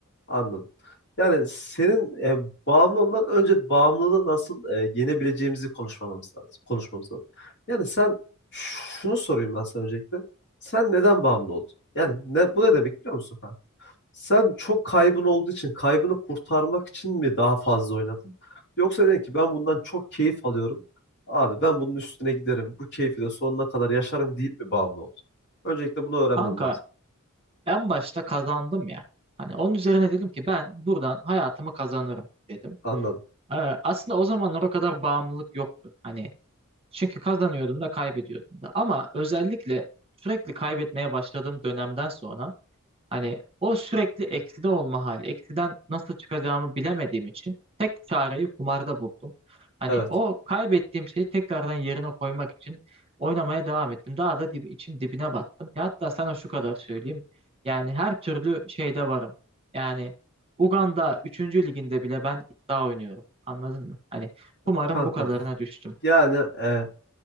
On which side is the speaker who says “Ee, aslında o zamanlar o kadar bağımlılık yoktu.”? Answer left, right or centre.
Right